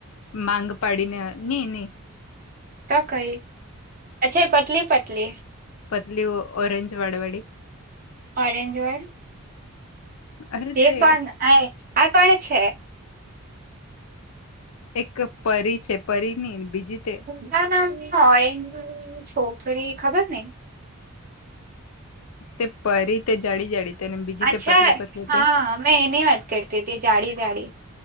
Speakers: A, on the left; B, on the right.
A: માંગ પાડીને ની‌ની.
B: ત કહી અચ્છ પતલી પતલી.
A: પતલી ઓ ઓરેંજ વડવાડી.
B: ઓરેન્જ વાળ
A: અરે
B: એ
A: તે
B: કોણ આ આ કોણ છે?
A: એક પરી છે પરી ની બીજી તે.
B: ના ના ઓરેન્જ સોકરી ખબર નઈ.
A: તે પરી તે જાડી જાડી તે બીજી
B: અચ્છા
A: તે પતલી પતલી તે.
B: હા મેં એની વાત કરતી હતી જાડી વાળી